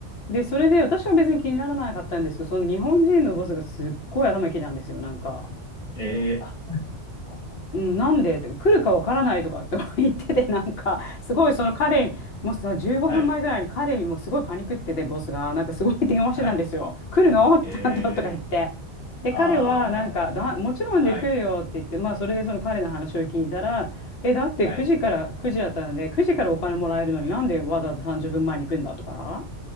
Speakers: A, on the left (about 60°); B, on the left (about 25°).
A: で、それで私は別に気にならなかったんですけど、その日本人のボスがすっごい頭にきたんですよ、なんか。
B: ええー、あ、はい。<laughs> あああ
A: うん、なんでって来るかわからないとかって <laughs> 言っててなんかすごいその彼にもうさ15分前ぐらいに彼にもうすごいパニックっててボスがなんかすごい電話してたんですよ来るのちゃんととか言って
B: あ <laughs> はい。はい。ええー、
A: で彼はなんかだもちろんで来るよって言ってまあそれでその彼の話を聞いたらえだって9時から9時だったので9時からお金もらえるのになんでわざわざ30分前に行くんだとか
B: ああ。はい。はい。